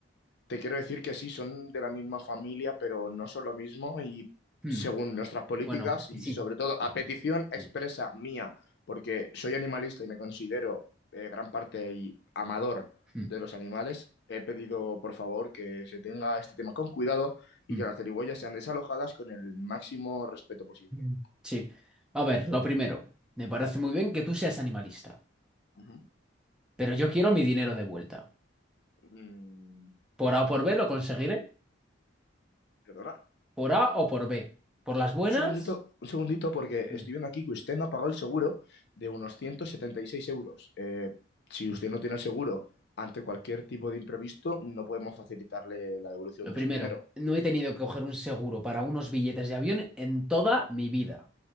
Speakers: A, on the left (about 60°); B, in the centre.
A: te quiero decir que sí, son de la misma familia, pero no son lo mismo y
B: Hmm,
A: según nuestras políticas
B: Bueno, que
A: y
B: sí.
A: sobre todo
B: Sí,
A: a petición
B: sí,
A: expresa
B: sí, sí.
A: mía, porque soy animalista y me considero eh, gran parte y amador
B: Hmm,
A: de los animales, he pedido por favor que se tenga este tema con cuidado y
B: hmm,
A: que las zarigüeyas sean desalojadas con el máximo respeto posible.
B: hmm. Sí. A ver, lo primero, me parece muy bien que tú seas animalista,
A: Ujú.
B: pero yo quiero mi dinero de vuelta.
A: Mm,
B: Por A o por B lo conseguiré,
A: perdona.
B: por A o por B. Por las buenas,
A: Un segundito, un segundito, porque
B: hmm,
A: estoy viendo aquí que usted no ha pagado el seguro de unos 176 euros. Eh, si usted no tiene el seguro ante cualquier tipo de imprevisto, no podemos facilitarle la devolución
B: lo
A: de
B: primero,
A: su dinero.
B: no he tenido que coger un seguro para unos billetes de avión en toda mi vida.